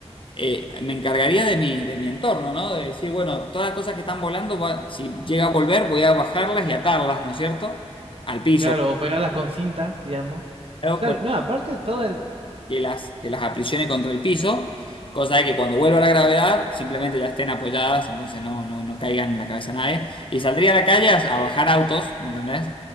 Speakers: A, on the left (about 50°); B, on the right (about 55°).
A: eh, me encargaría de mi, de mi entorno, ¿no? De decir, bueno, todas las cosas que están volando, va- si llega a volver, voy a bajarlas y atarlas, ¿no es cierto? Al piso,
B: Claro, o pegarlas con cinta, digamos.
A: ¿no?
B: Claro,
A: Por-
B: no, aparte todo el...
A: que las, que las aprisione contra el piso, cosa de que cuando vuelva la gravedad, simplemente ya estén apoyadas, entonces no, no, no caigan en la cabeza a nadie. Y saldría a la calle a, a bajar autos, ¿me entendés?